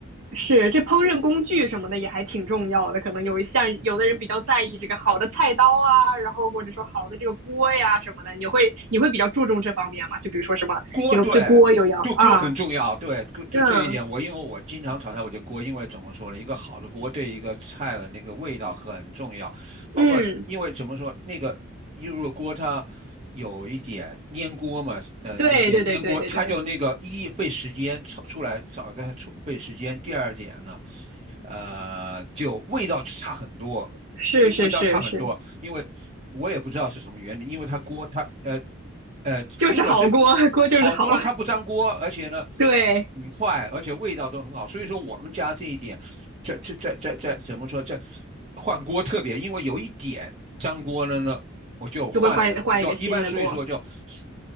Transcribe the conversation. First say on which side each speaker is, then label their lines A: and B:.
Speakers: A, on the right (about 85°); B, on the right (about 30°).
A: 是，这烹饪工具什么的也还挺重要的，可能有一项有的人比较在意这个好的菜刀啊，然后或者说好的这个锅呀什么的，你会你会比较注重这方面吗？就比如说什么这个对锅有要啊，
B: 锅对，就锅很重要，对，这这这一点我因为我经常炒菜，
A: 嗯
B: 我就锅，因为怎么说呢，一个好的锅对一个菜的那个味道很重要，包括因为怎么说那个，
A: 嗯，
B: 因为如果锅它有一点粘锅嘛，呃，
A: 对对对对对对，
B: 有点粘锅，它就那个一费时间炒出来，炒个出费时间，第二点呢，呃，就味道就差很多，
A: 是是是是，
B: 因为味道差很多，因为我也不知道是什么原理，因为它锅它呃。呃，
A: 就是好锅，
B: 如果是
A: 锅就是好，
B: 好锅呢，它不粘锅，而且呢
A: <laughs> 对，
B: 很快，而且味道都很好。所以说我们家这一点，这这这这这怎么说？这换锅特别，因为有一点粘锅了呢，我就换了，
A: 就会换换一个新的锅，
B: 就一般所以说就三